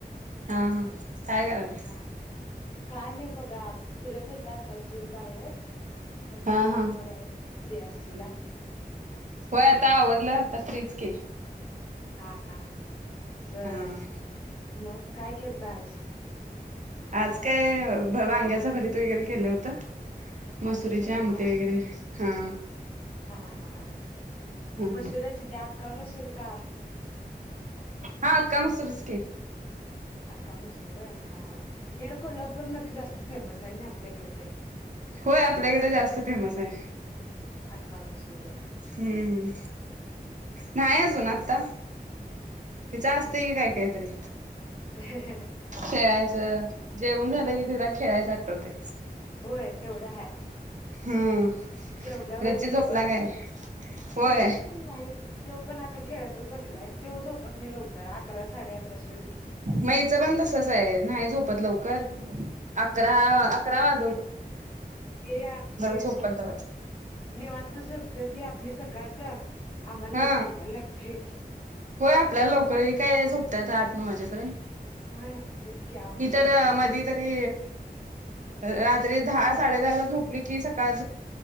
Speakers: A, on the right; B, on the left.
A: हा हा काय करायला
B: हा काय नाही बघा फिरत होते आत्ताच जीऊन बाहेर म्हटलं
A: हा
B: फोन
A: हा
B: कराव फ्रेयाशला
A: होय आता आवडलंता तरीच के
B: हा हा बर
A: हा
B: मग काय केलत आज
A: आज काय वांग्याचं भरीत वगैरे केलं होत मसुरीचे
B: होय
A: आमटे
B: का
A: वगैरे हा
B: हा हा हा
A: ह
B: मसूराची इथे आ्खा मसू शिरका
A: हा काम असतसकी
B: अका मसूर हा हेर कोल्हापूरमध्येध्ये जास्त फेमस आहे ना आपल्याकडे ते
A: होय आपल्याकडे जास्त फेमस आहे
B: अक्का म सुरू
A: हम्म नाहीय अजून आत्ता तिच असतंय की काय काहीतरी
B: ह
A: खेळायचं जेवन झालं की तुला खेळायचं आठवते
B: होय तेवढं हा
A: हम्म
B: जेवलावर
A: रच्ची
B: जिरवायचं
A: झोपला काय होय
B: रचित नाही तो पण आता खेळतच बसलाय तो झो प लवकर साडे अकराश
A: मैच पण तसच आहे नाही झोपत लवकर अकरा अकरा वाज
B: हे आपले
A: झोपल
B: निवांत
A: तवा
B: सोप ते आपले सकाळच आम्हाला लवकर
A: हा
B: उटयला लागतय
A: होय आपल्याला लवकरही काय झोपतय आठ नऊ वाजेपर्यंत
B: हा तेच की अवघड
A: हि तर
B: होतंय परत
A: मध
B: आमचं
A: तरी रात्री दहा साडे दहा ला झोपली की सकाळ